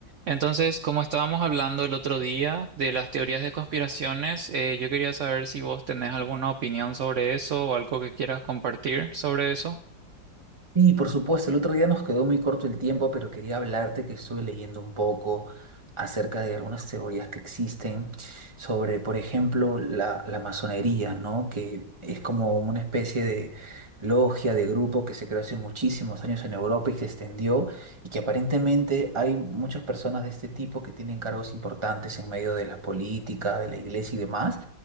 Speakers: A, on the right; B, on the right.
A: Entonces, como estábamos hablando el otro día de las teorías de conspiraciones, eh, yo quería saber si vos tenés alguna opinión sobre eso o algo que quieras compartir sobre eso.
B: Sí, por supuesto, el otro día nos quedó muy corto el tiempo, pero quería hablarte que estuve leyendo un poco acerca de algunas teorías que existen sobre, por ejemplo, la, la masonería, ¿no? Que es como una especie de logia, de grupo que se creó hace muchísimos años en Europa y se extendió y que aparentemente hay muchas personas de este tipo que tienen cargos importantes en medio de la política, de la iglesia y demás